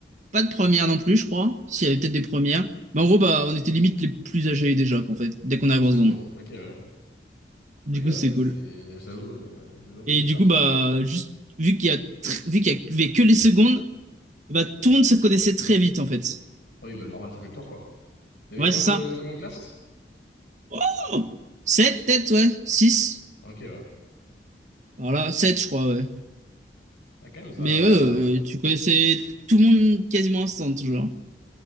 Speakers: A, on the right (about 45°); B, on the left (about 85°).
A: pas de première non plus, je crois. S'il y avait peut-être des premières. Mais en gros, bah, on était limite les plus âgés déjà, qu'en fait, dès qu'on arrive
B: En seconde.
A: en seconde.
B: Ok, ouais.
A: Du
B: Ok, ouais,
A: coup, c'est
B: ça,
A: cool.
B: c'est. J'avoue, euh, j'avoue un peu
A: Et
B: bizarre.
A: du coup, bah, juste, vu qu'il y a, tr- vu qu'il y avait que les secondes, et bah, tout le monde se connaissait très vite, en fait.
B: Oui, bah, normal, ça fait le tour, quoi. Il y avait
A: Ouais,
B: combien
A: c'est ça.
B: de, combien de classes?
A: Oh! 7, peut-être, ouais. six
B: Ok, ouais.
A: Voilà, 7 je crois, ouais.
B: Ah, quand même, ça.
A: Mais ouais, euh, tu connaissais tout le monde quasiment instant, toujours.